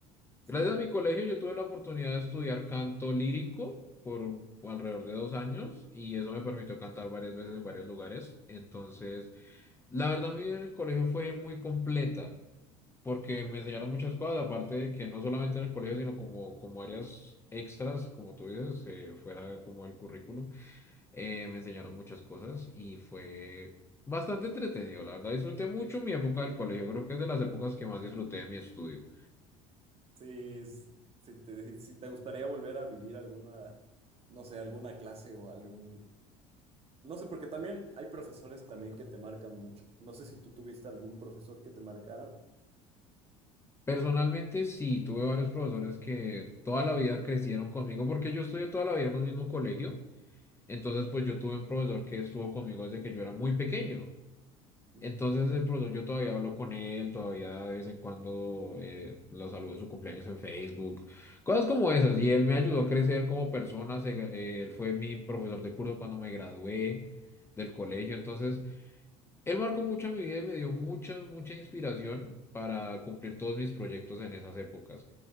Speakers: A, on the right (about 40°); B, on the left (about 15°).
A: sí,
B: Gracias a mi colegio yo tuve la oportunidad de estudiar canto lírico por alrededor de dos años y eso me permitió cantar varias veces en varios lugares. Entonces, la verdad mi vida en el colegio fue muy completa porque me enseñaron muchas cosas, aparte de que no solamente en el colegio, sino como, como áreas extras, como tú dices, eh, fuera como el currículum, eh, me enseñaron muchas cosas y fue bastante entretenido, la verdad. Disfruté mucho mi época del colegio, creo que es de las épocas que más disfruté de mi estudio.
A: sí, s- si te, si te gustaría volver a vivir alguna, no sé, alguna clase o algún, no sé, porque también hay profesores también que te marcan mucho. No sé si tú tuviste algún profesor que te marcara.
B: Personalmente sí, tuve varios profesores que toda la vida crecieron conmigo porque yo estudié toda la vida en un mismo colegio. Entonces, pues yo tuve un profesor que estuvo conmigo desde que yo era muy pequeño.
A: Ujú.
B: Entonces, el profesor, yo todavía hablo con él, todavía de vez en cuando eh, lo saludo en su cumpleaños en Facebook, cosas como esas. Y él me ayudó a crecer como persona. se gra- eh, él fue mi profesor de curso cuando me gradué del colegio. Entonces, él marcó mucho mi vida y me dio mucha, mucha inspiración para cumplir todos mis proyectos en esas épocas.